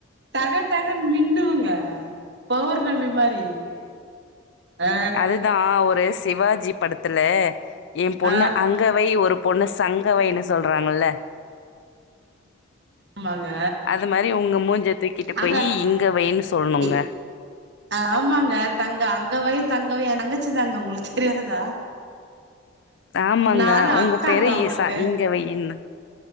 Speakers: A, on the right; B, on the left.
A: தகத்தகன் மின்னுவேங்க பௌர்ணமி மாரி ஆ
B: அதுதா ஒருஸ் சிவாஜி படத்துலே ஏ பொண்ணு
A: ஆ
B: அங்கவை ஒரு பொண்ணு சங்கவைன்னு ஸ் சொல்றாங்கல்ல
A: ஆமாங்க
B: அது மாரி உங்க மூஞ்ச தூக்கிட்டு
A: அங்க
B: போயி இங்க வைன்னு சொல்ணுங்க.
A: இ ஆமாங்க தங்க அங்கவை தங் கவை எந்தங்கச்சி தாங்க உங்ளுக்கு தெரியாதா
B: ஆமாங்க
A: நானு
B: உங்க
A: அக்காங்க
B: பேரு
A: அவங்களுக்கு
B: ஈசா இங்கவையின்னு